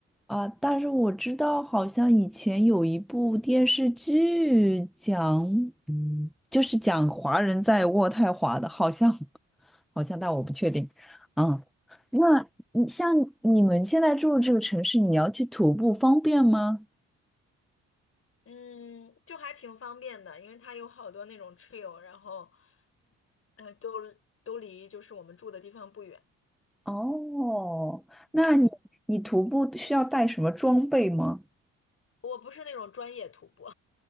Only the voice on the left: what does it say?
嗯，就还挺方便的，因为它有好多那种 trail，然后，呃，都都离就是我们住的地方不远。
嗯，我不是那种专业徒步，